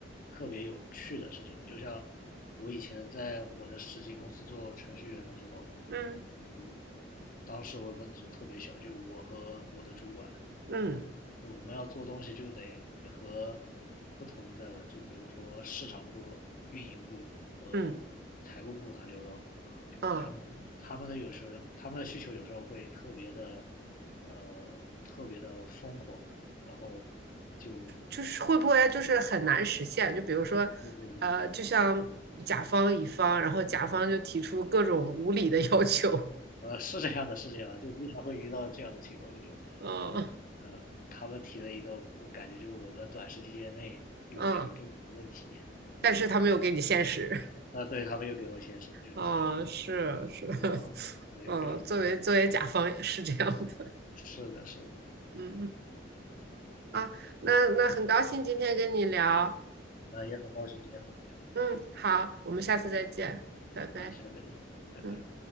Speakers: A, on the left; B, on the right.
A: 特别有趣的事情。就像我以前在我的实习公司做程序员的时候，
B: 嗯
A: 我当时我们组特别小，就我和我的主管，
B: 嗯
A: 我们要做东西就得和不同的，就比如说市场部、运营部和财务部打交道。
B: 嗯
A: 就他们他们的有时他们的需求有时候会特别的，
B: 嗯。
A: 呃，特别的疯狂，然后就
B: 就是会不会就是很难实现？就比如说，
A: 对对对对，
B: 呃，就像甲方乙方，然后甲方就提出各种无理的 <laughs> 要求，
A: 呃，是这样的，是这样的，就经常会遇到这样的情况，就是，
B: 嗯
A: 呃呃，他们提了一个，我感觉就是我们短时间内又解决不了的问题，
B: 嗯，但是他没有给你现实，
A: 对，啊，对，他们又给我解释，就对，
B: 啊、是是，
A: 就非常对，
B: <laughs> 嗯，
A: 非常麻烦麻烦，
B: 作为作为甲方也是这样的，
A: 是的，是的，
B: 嗯嗯啊，那那很高兴今天跟你聊，
A: 啊，也很高兴今天和你
B: 嗯，好，我们下次再见，拜拜，
A: 聊，啊，下次再见，拜拜。
B: 嗯。